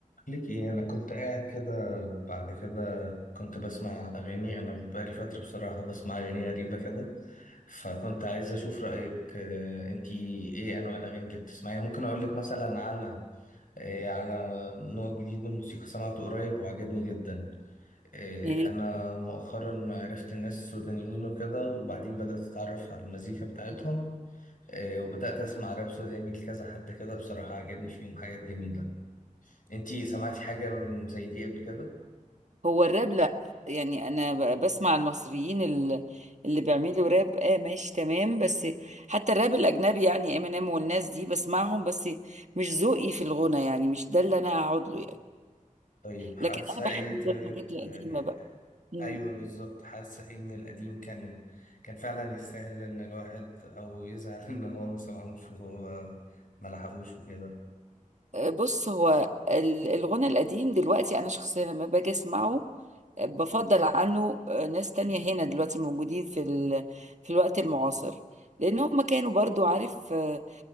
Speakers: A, on the left; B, on the right.
A: ليك ايه انا كنت قاعد كده وبعد كده كنت بسمع اغاني انا بقالي فتره بصراحه بسمع اغاني غريبه كده فكنت عايز اشوف رايك آه، انتي ايه انواع الاغاني اللي بتسمعيها ممكن اقول لك مثلا على آه، على نوع جديد من الموسيقى سمعته قريب وعجبني جدا آه،
B: إيه؟
A: انا مؤخرا عرفت الناس السودانيين وكده وبعدين بدات اتعرف على المزيكا بتاعتهم آه، وبدات اسمع راب سوداني لكذا حد كده بصراحه عجبني فيهم حاجات جميله انتي سمعتي حاجة من زي دي قبل كده؟
B: هو الراب لا يعني انا ب- بسمع المصريين ال- اللي بيعملوا راب اه ماشي تمام بس حتى الراب الاجنبي يعني امينيم والناس دي بسمعهم بس مش ذوقي في الغنى يعني مش ده اللي انا هقعد له يعني
A: طيب حاسة
B: لكن انا بحب
A: ايه طيب
B: الحاجات القديمه
A: آه
B: بقى مم.
A: ايوه بالظبط حاسة ايه من القديم كان كان فعلا يستاهل ان الواحد او يزعل <laughs> ان هو ما سمعوش وهو ما لحقوش وكده
B: آه، بص هو ال- الغنى القديم دلوقتي انا شخصيا لما باجي اسمعه آه، بفضل عنه آه، ناس تانية هنا دلوقتي موجودين في ال... في الوقت المعاصر لان هم كانوا برضو عارف آه،